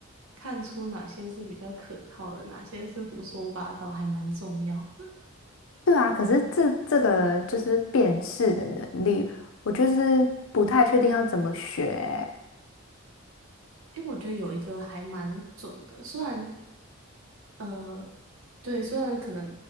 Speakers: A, on the right; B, on the left.
A: 看出哪些是比较可靠的，哪些是胡说八道，还蛮重要。
B: 对啊，可是这这个就是辨识的能力，我就是不太确定要怎么学欸
A: 因为我觉得有一个还蛮准的，虽然呃，对，虽然可能